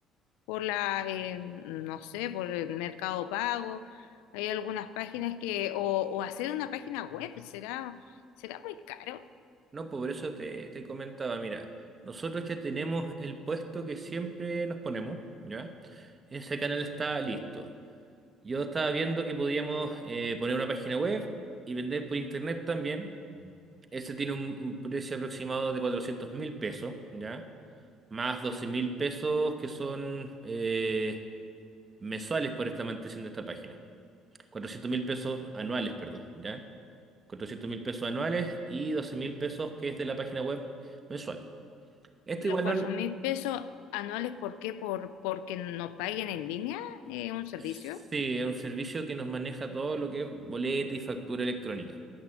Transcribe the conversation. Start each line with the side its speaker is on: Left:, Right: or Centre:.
Left: por la, eh, no sé, por el Mercado Pago. Hay algunas páginas que, o, o hacer una página web, será, será muy caro.
Right: No, po, por eso te, te comentaba, mira, nosotros ya tenemos el puesto que siempre nos ponemos, ¿ya? Ese canal está listo. Yo estaba viendo que podíamos eh, poner una página web y vender por internet también. Este tiene un, un precio aproximado de cuatrocientos mil pesos, ¿ya? Más doce mil pesos que son eh, mensuales por esta mantención de esta página. cuatrocientos mil pesos anuales, perdón, ¿ya? cuatrocientos mil pesos anuales y doce mil pesos que es de la página web mensual. Esto
Left: Y los
Right: igual
Left: cuatro
Right: no,
Left: mil pesos anuales, ¿por qué? Por, porque nos paguen en línea eh, un servicio.
Right: Sí, es un servicio que nos maneja todo lo que es boleta y factura electrónica.